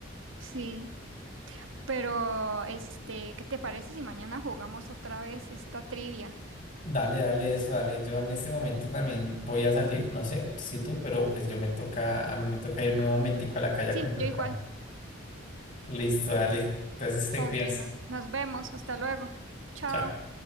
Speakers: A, on the right; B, on the left.
A: Sí, pero este, ¿qué te parece si mañana jugamos otra vez esta trivia?
B: Dale, dale eso, dale. Yo en este momento también voy a salir, no sé si tú, pero pues yo me toca, a mí me toca irme un momentico a la calle a
A: Sí,
B: comprar
A: yo igual.
B: pan. Listo, dale. Entonces te
A: Ok,
B: cuidas.
A: no- nos vemos. Hasta luego. Chao.
B: Chao.